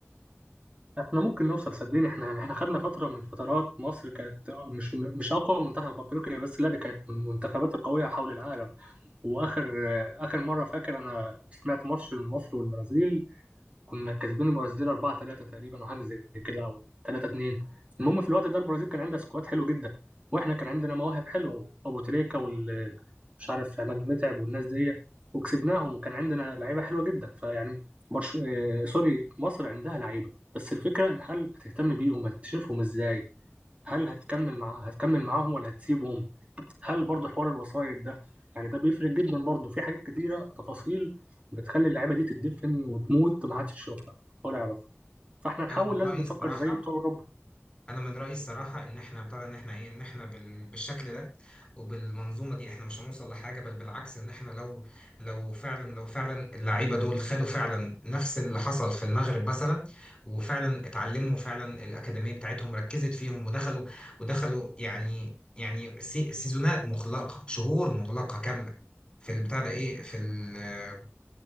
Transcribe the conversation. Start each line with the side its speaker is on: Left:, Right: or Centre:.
Right: احنا ممكن نوصل صدقني احنا يعني احنا خدنا فتره من الفترات مصر كانت مش مش اقوى منتخب في افريقيا بس لا دي كانت من المنتخبات القويه حول العالم واخر اخر مره فاكر انا سمعت ماتش مصر والبرازيل كنا كاسبين البرازيل 4 3 تقريبا او حاجه زي كده او 3 2 المهم في الوقت ده البرازيل كان عندها سكواد حلو جدا واحنا كان عندنا مواهب حلوه ابو تريكه وال مش عارف عماد متعب والناس دي وكسبناهم وكان عندنا لعيبه حلوه جدا فيعني برشو... آه، سوري مصر عندها لعيبه بس الفكره ان هل هتهتم بيهم هتشوفهم ازاي هل هتكمل معاه هتكمل معاهم ولا هتسيبهم هل برضه حوار الوسايط ده يعني ده بيفرق جدا برضه في حاجات كتيرة تفاصيل بتخلي اللعيبة دي تدفن وتموت ما حدش يشوفها ولا يعرفها فاحنا نحاول
Left: انا من
Right: لازم
Left: رايي
Right: نفكر
Left: الصراحه
Right: زي بتوع اوروبا
Left: انا من رايي الصراحه ان احنا ابتدى ان احنا ايه ان احنا بال... بالشكل ده وبالمنظومه دي احنا مش هنوصل لحاجه بل بالعكس ان احنا لو لو فعلا لو فعلا اللعيبه دول خدوا فعلا نفس اللي حصل في المغرب مثلا وفعلا اتعلموا فعلا الاكاديميه بتاعتهم ركزت فيهم ودخلوا ودخلوا يعني يعني سي... سيزونات مغلقه شهور مغلقه كامله في البتاع ده ايه في ال...